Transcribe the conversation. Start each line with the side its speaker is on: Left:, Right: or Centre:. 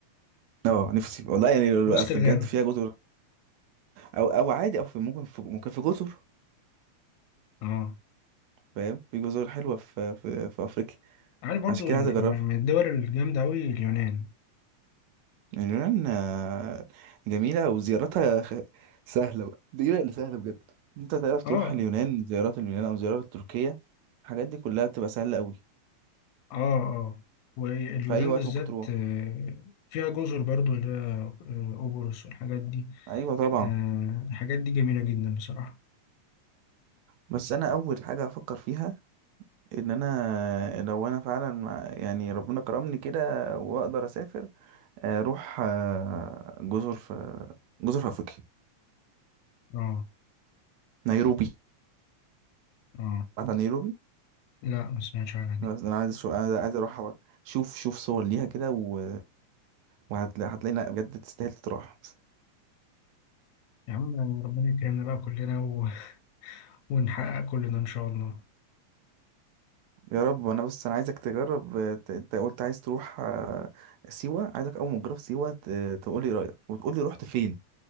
Right: اه نفسي والله يعني لو-
Left: <laughs> وسط
Right: لو- اصل
Left: الغابة
Right: بجد فيها جزر او او عادي او في ممكن في ممكن في جزر
Left: اه
Right: فاهم في جزر حلوة في في, في افريقيا
Left: عارف برضو
Right: عشان كده
Left: ال-
Right: عايز اجربها
Left: من الدول الجامدة أوي اليونان
Right: اليونان آه، جميلة وزيارتها خ- سهلة بقى دي بقى اللي سهلة بجد انت تعرف
Left: اه
Right: تروح اليونان زيارات اليونان او زيارات تركيا الحاجات دي كلها بتبقى سهلة قوي
Left: اه اه واليونان
Right: في اي وقت
Left: بالذات
Right: ممكن تروح
Left: آه، فيها جزر برضو اللي هي آه، قبرص والحاجات دي
Right: ايوه طبعا
Left: آه، الحاجات دي جميلة جدا بصراحة
Right: بس انا اول حاجه افكر فيها ان انا لو انا فعلا مع- يعني ربنا كرمني كده واقدر اسافر آه، اروح آه، جزر في جزر في افريقيا
Left: اه
Right: نيروبي
Left: اه
Right: عارف نيروبي
Left: لا ما سمعتش عنها دي
Right: بس انا عايز شو... عايز عايز اروح شوف شوف صور ليها كده و... وهتلاقي هتلاقي لا بجد تستاهل تروح
Left: يا عم ربنا يكرمنا بقى كلنا و... ونحقق كلنا ان شاء الله
Right: يا رب انا بس انا عايزك تجرب آه، ت- انت قلت عايز تروح آه، سيوه عايزك اول ما تجرب سيوه ت... تقولي رايك وتقولي رحت فين